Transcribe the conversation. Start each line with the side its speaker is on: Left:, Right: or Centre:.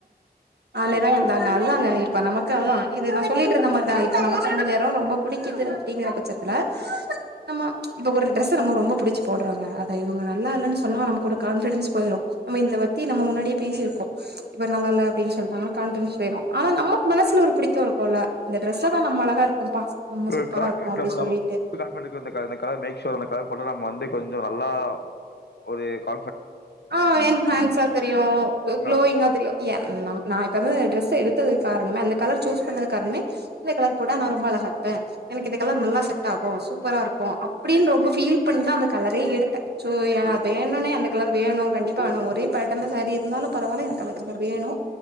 Right: ஆ நிறங்க தா நல்லாங்க இப்ப நமக்கெல்லா இது நா சொல்லிட்டுருந்த மாறிதா இப்ப நம்ம கொஞ்சநேரம் ரொம்ப பிடிக்குது அப்படிங்கிற பட்சதுல நம்ம ஒரு டிரேஸ் நம்ம ரொம்ப புடிச்சு போடுறாங்க அத இவங்க நல்லா இல்லனு சொன்னா நமக்கு ஒரு காண்பிடென்ட் போயிரு நம்ம இதபத்தி நம்ம முன்னாடியே பேசிருக்கோ இப்போ நல்லால அப்டின்னு சொல்றாங்கனா கான்பரன்ஸ் போயிடு ஆனா நம்ம மனசல ஒரு பிடித்த இருக்கும்ல இந்த டிரேஸ் ல நம்ம அழகா இருக்கோம்பா நம்ம
Left: தூ
Right: சூப்பரா
Left: காட்பட்
Right: இருக்கோ அப்டி
Left: நம்ம நம்ம
Right: சொல்லிட்டு
Left: காட்பட்க்கு இந் இந்த கலர் மேட்ச் சுவர் இந்த கலர் போட்டா நம்ம வந்து கொஞ்சம் நல்லா ஒரு க
Right: ஆ என் ஹேண்ட்ஸா தெரியு
Left: எனக்கு-
Right: க்ளோயிங்கா தெரியு யா ம் ந நா இப்ப வந்து ட்ரெஸ் எடுத்ததுக்குகாரனமே அந்த கலர் சூஸ் பண்ணது காரணமே இந்த கலர் போடா நா ரொம்ப அழகா இரு ப்ப எனக்கு இந்த கலர் நல்லா செட் ஆகும் சூப்பரா இருக்கு அப்பிடின்னு ரொம்ப ஃபீல் பண்ணிதா அந்த கலரே எடுத்தே சோ வேணும்னே அந்த கலர் வேணு கண்டிப்பா வேணு ஒரே பேட்டர்ன்ல சாரீ இருந்தாலும் பரவாயல எனக்கு கலர் சார் வேணு